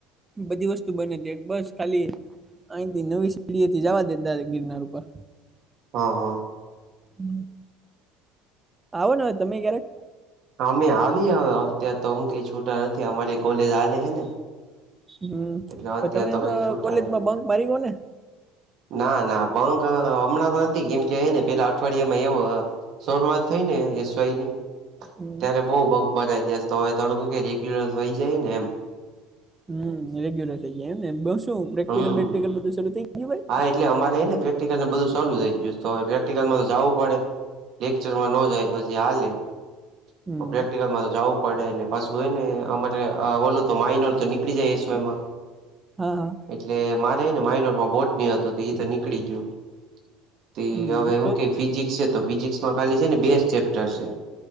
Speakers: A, on the right (about 15°); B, on the right (about 55°).
A: બધી વસ્તુ બને હતી બસ ખાલી અહીથી નવી સીડીથી જવા દેતા ગિરનાર ઉપર
B: હા હ.
A: હમ્મ. આવો ને હવે તમે ક્યારેક
B: અમે આવીએ હ અત્યારે તો હું કઈ છૂટા નથી અમારી કોલેજ હાલે હે ને
A: હમ્મ
B: એટલે અત્યારે
A: પણ તમે તો
B: કઈ છૂટા
A: કોલેજમાં
B: નહી
A: બંક માર્યો ને
B: ના ના બંક હમણાં તો નથી કેમ કે એને પેલા અઠવાડિયા માં એવું શરૂઆત થઈ ને એસ વાય ની
A: હમ
B: ત્યારે બહુ બક બરા જ તો હવે થોડું વઈ જાય ને એમ
A: હમ્મ રેગ્યુલર થઇ ગયા એમને બ શું પ્રેક્ટિકલ
B: હમ
A: પ્રેટિકલ બધું ચાલુ થઈ ગયું. ભાઈ
B: હા એટલે અમારેને પ્રેક્ટિકલ ને બધું શરૂ થઈ ગયુ પ્રેક્ટિકલમાં તો જવું પડે લેકચરમાં તો હાલે-પ્રેક્ટિકલમાં
A: હમ
B: જાવું પડે ને તો પાછું હે ને અમારે ઓલ તો માઇનર તો નીકળી જાય એ એસ વાય માં
A: હા હા.
B: એટલે મારે ને માઇનોર માં બોટ ની હતું તો એઈ તો નીકળી ગયું તે
A: હમ
B: હવે
A: તો
B: હું કે ફિઝિક્સ છે તો ફિઝિક્સમાં ખાલી છે ને બે જ ચેપ્ટર છે.